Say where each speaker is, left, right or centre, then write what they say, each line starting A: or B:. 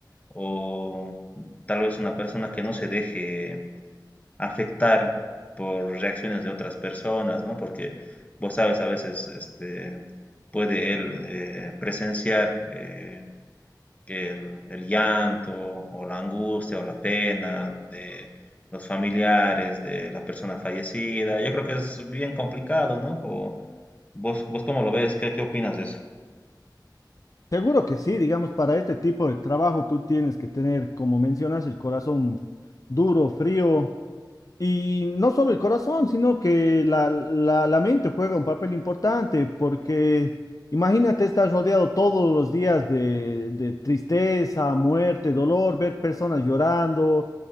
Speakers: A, on the left; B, on the left.
A: o tal vez una persona que no se deje afectar por reacciones de otras personas, ¿no? Porque vos sabes, a veces este, puede él eh, presenciar eh, que el, el llanto o la angustia o la pena de los familiares de la persona fallecida. Yo creo que es bien complicado, ¿no? O vos, vos cómo lo ves, ¿qué, qué opinas de eso?
B: Seguro que sí, digamos, para este tipo de trabajo tú tienes que tener, como mencionas, el corazón duro, frío. Y no solo el corazón, sino que la, la, la mente juega un papel importante, porque imagínate estar rodeado todos los días de, de tristeza, muerte, dolor, ver personas llorando.